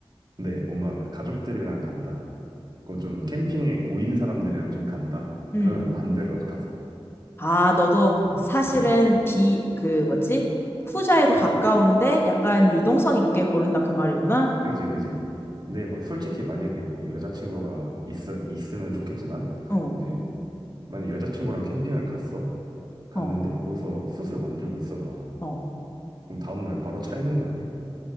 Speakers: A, on the right; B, on the left.
A: 근데 뭔가 가족들이랑 간다. 그좀 캠핑에 고인 사람들이랑 좀 간다.
B: 응.
A: 그러면 만들어 가서.
B: 아, 너도
A: 어,
B: 사실은
A: 음,
B: 비 그 뭐지? 후자에 더 가까운데 약간 유동성 있게 고른다 그 말이구나.
A: 그지, 그지. 근데 막 솔직히 만약에 뭐 여자친구가 있어 있으면 좋겠지만
B: 응,
A: 이제 만약 여자친구랑 캠핑을 갔어, 갔는데
B: 어,
A: 거기서 숯을 만들고 있어봐.
B: 어.
A: 그럼 다음날 바로 차이는 거 아니야?